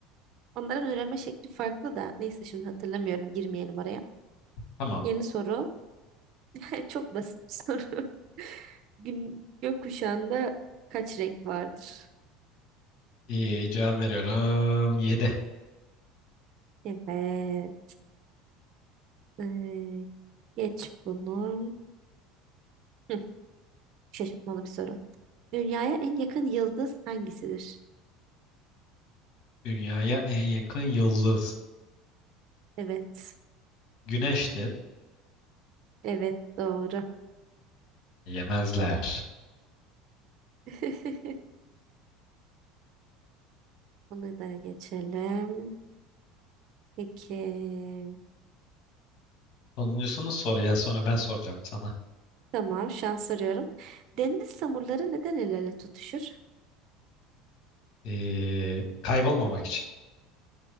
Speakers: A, on the right (about 55°); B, on the left (about 60°).
A: Onların üreme şekli farklı da. Neyse şimdi hatırlamıyorum. Girmeyelim oraya.
B: Tamam.
A: Yeni soru. <laughs> Çok basit bir soru. <laughs> Gün, gökkuşağında kaç renk vardır?
B: İyi, cevap veriyorum. Yedi.
A: Evet. Ee, geç bunu. Hı, şaşırtmalı bir soru. Dünyaya en yakın yıldız hangisidir?
B: Dünyaya en yakın yıldız.
A: Evet.
B: Güneştir.
A: Evet doğru.
B: Yemezler.
A: <laughs> Bunu da geçelim. Peki.
B: Sonuncusunu sor ya. Sonra ben soracağım sana.
A: Tamam şans soruyorum. Deniz samurları neden el ele tutuşur?
B: Ee, kaybolmamak için.